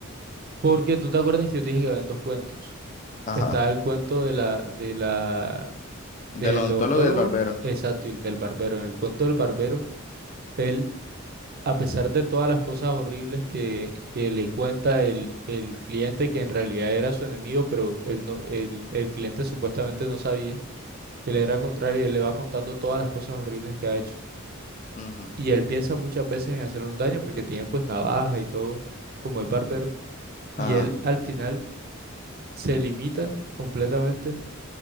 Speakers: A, on the right; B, on the left.
A: Porque tú te acuerdas que yo te dije que habían dos cuentos.
B: Ajá.
A: Está el cuento de la, de la, del
B: Del odontólogo
A: odontólogo,
B: y del barbero.
A: exacto, y el del barbero. En el cuento del barbero, él, a pesar de todas las cosas horribles que, que le cuenta el, el cliente, que en realidad era su enemigo, pero él no, el, el cliente supuestamente no sabía que le era contrario y él le va contando todas las cosas horribles que ha hecho.
B: Ujú,
A: Y él piensa muchas veces en hacerle un daño porque tiene pues navaja y todo, como es barbero. Y
B: Ajá.
A: él al final se limita completamente